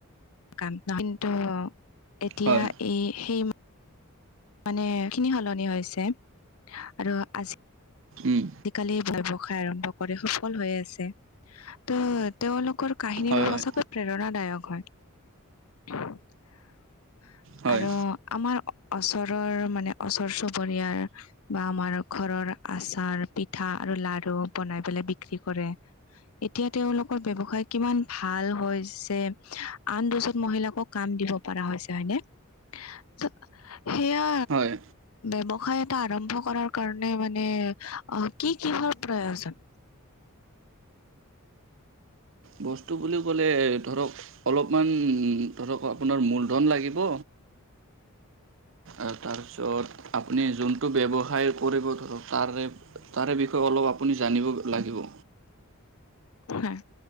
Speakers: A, on the left; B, on the right.
A: <unintelligible> এতিয়া
B: হয়
A: এই সেই মানে খিনি সলনি হৈছে, আৰু আজ
B: উম
A: আজিকালি ব্যৱসায় আৰম্ভ কৰি সফল হৈ আছে। ত' তেওঁলোকৰ কাহিনীবোৰ
B: হয় হয়
A: সঁচাকৈ প্ৰেৰণাদায়ক হয়। <unintelligible>
B: হয়
A: আৰু, আমাৰ ওচৰৰ মানে ওচৰ চুবুৰীয়াৰ। বা আমাৰ ঘৰৰ আচাৰ পিঠা আৰু লাৰু বনাই পেলে বিক্ৰী কৰে। এতিয়া তেওঁলোকৰ ব্যৱসায় কিমান ভাল হয় যে, আন দজন মহিলাকক কাম দিব পৰা হৈ যায়নে, সেয়া
B: হয়
A: ব্যৱসায় এটা আৰম্ভ কৰাৰ কাৰণে মানে, অ, কি কিহৰ প্ৰয়োজন?
B: বস্তুবোৰ বুলি ক'লে ধৰক অলপমান, ধৰক আপোনাৰ মূলধন লাগিব। আহ তাৰপিছত আপুনি যোনটো ব্যৱসায় কৰিব ধৰক তাৰে তাৰে বিষয়ে অলপ আপুনি জানিব লাগিব।
A: হয়,